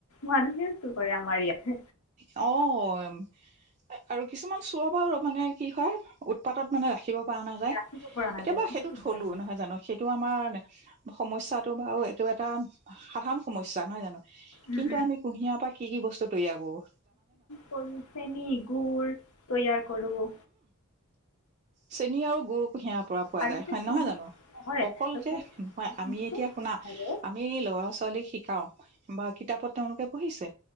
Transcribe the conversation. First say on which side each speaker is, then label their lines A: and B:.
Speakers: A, on the left (about 80°); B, on the right (about 30°).
A: মানুহে চুৰ কৰে আমাৰ ইয়াতে
B: অ আৰু কিছুমান চোৰৰ পাও ৰ-মানে কি হয়, উৎপাতত মানে ৰাখিব পৰা নাযায়,
A: ৰাখিব পৰা নাযায়
B: এতিয়াবা সেইটো
A: দিগদাৰ
B: থলো
A: মানে।
B: নহয় জানো সেইটো আমাৰ সমস্যাটো বাৰু এইটো এটা সাধাৰণ সমস্যা, নহয় জানো।
A: উম
B: কিন্তু আমি কুঁহিয়াৰ পৰা কি, কি, বস্তু তৈয়াৰ কৰোঁ।
A: পলছে নিক গুৰ তৈয়াৰ কৰোঁ।
B: চেনী আৰু গুৰু কুঁহিয়াৰ পৰা পোৱা
A: আৰু
B: যায়
A: যে
B: হয়
A: কুঁহি-
B: নহয় জানো
A: হয়
B: অকল
A: আৰু
B: যে
A: কুঁহি-
B: নহয়
A: শুনিছেনে?
B: আমি এতিয়া শুনা
A: হেল্ল'
B: আমি লৰা ছোৱালীক শিকাও বা কিতাপত তেওঁলোকে, পঢ়িছে